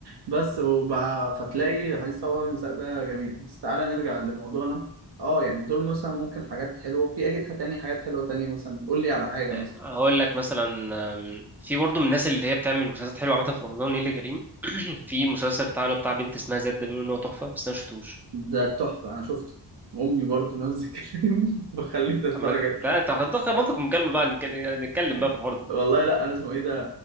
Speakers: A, on the right (about 65°); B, in the centre.
A: بس وبقى فتلاقي حديث طبعا المساء ده جميل بس تعالى نرجع لموضوعنا اه يعني دول مثلا ممكن حاجات حلوه وفي اكيد تاني حاجات حلوه تانية مثلا قول لي على حاجه
B: آه،
A: مثلا
B: هقول لك مثلا آم، في برضه من الناس اللي هي بتعمل مسلسلات حلوه عامه في رمضان نيللي كريم <clears throat> في مسلسل بتاع اللي هو بتاع بنت اسمها زاد ده بيقولوا ان هو تحفه بس انا ما شفتوش
A: ده تحفة أنا شفته أمي برضو نفس الكلام <laughs> بخليني أتفرج
B: أما
A: عليه
B: لا أنت هتدخل منطق المكالمة بقى نك- نتكلم بقى في الحوار
A: <laughs>
B: ده
A: والله لا أنا اسمه إيه ده